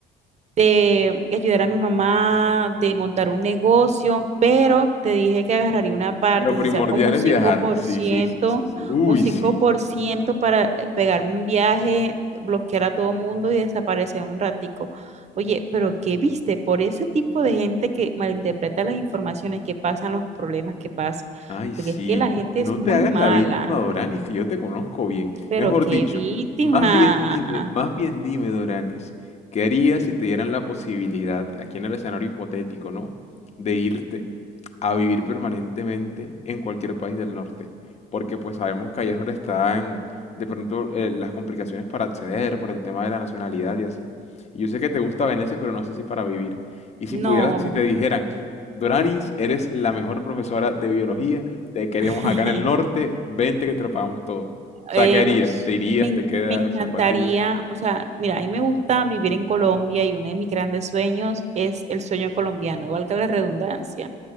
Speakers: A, on the right; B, on the left.
A: de ayudar a mi mamá, de montar un negocio, pero te dije que agarraría una parte,
B: Lo primordial
A: si sea como un
B: es
A: cinco
B: viajar.
A: por
B: Sí,
A: ciento
B: sí, sí, sí, sí. Uy,
A: un cinco
B: sí.
A: por ciento para eh, pegarme un viaje, bloquear a todo mundo y desaparecer un ratico. Oye, pero ¿qué viste? Por ese tipo de gente que malinterpreta las informaciones, que pasan los problemas que pasan,
B: Ay,
A: porque
B: sí,
A: es que la gente
B: no
A: es muy
B: te hagas
A: mala,
B: la víctima, Doranis, que yo te conozco bien.
A: pero
B: Mejor
A: qué
B: dicho,
A: víctima.
B: más bien dime, más bien dime, Doranis, ¿qué harías si te dieran la posibilidad, aquí en el escenario hipotético, ¿no? De irte a vivir permanentemente en cualquier país del norte. Porque pues sabemos que allá es donde están de pronto eh, las complicaciones para acceder por el tema de la nacionalidad y así. Y yo sé que te gusta Venecia, pero no sé si para vivir. Y si
A: No.
B: pudieras, si te dijeran, Doranis, eres la mejor profesora de biología, te queremos
A: <laughs>
B: acá en el norte, vente que te lo pagamos todo. O sea,
A: eh,
B: ¿qué harías?
A: no s-
B: ¿Te irías?
A: me, en-
B: ¿Te quedas?
A: me encantaría,
B: ¿A cuál te irías?
A: o sea, mira, a mí me gusta vivir en Colombia y uno de mis grandes sueños es el sueño colombiano, valga la redundancia.